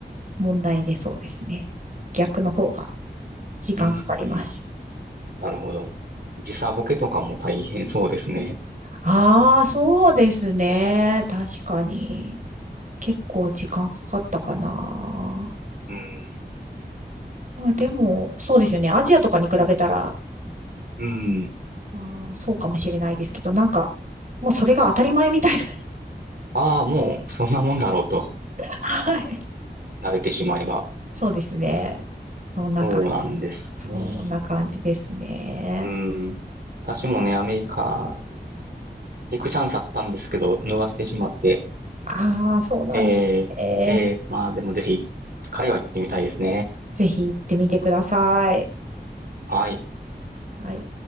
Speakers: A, on the right (about 45°); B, on the right (about 60°).
A: 問題でそうですね。逆の方が時間かかります。
B: うーん。なるほど。時差ボケとかも大変そうですね。
A: ああ、そうですね。確かに。結構時間かかったかな。
B: うーん。
A: まあでも、そうですよね。アジアとかに比べたら、
B: うーん。
A: ああ、そうかもしれないですけど、なんか、もうそれが当たり前みたいな
B: ああ、もうそんなもんだろうと、
A: <laughs> はい。
B: 慣れてしまえば。
A: そうですね。そんな感
B: そうなんですね。
A: じ、そんな感じですね。
B: うん。私もね、アメリカ行くチャンスあったんですけど、逃してしまって。
A: ああ、そうなんですね。
B: えー、えー、まあでもぜひ、海外行ってみたいですね。
A: ぜひ行ってみてください。
B: はい。
A: はい。